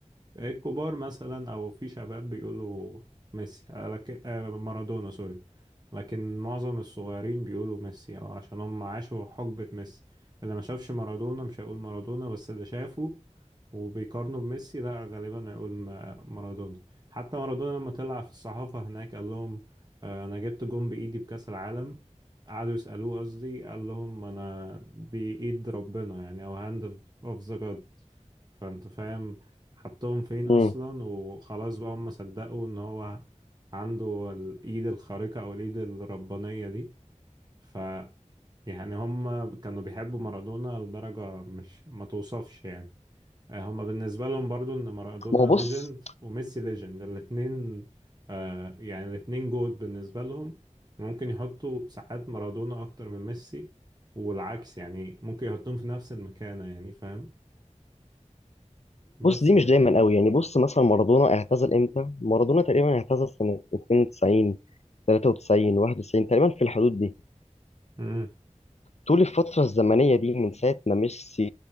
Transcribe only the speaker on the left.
مم.
ما هو بص
بص دي
مش دايما قوي يعني بص مثلا مارادونا اعتزل امتى مارادونا تقريبا اعتزل سنة 92 93 91 تقريبا في الحدود دي
فطول الفترة الزمنية دي من ساعة ما ميسي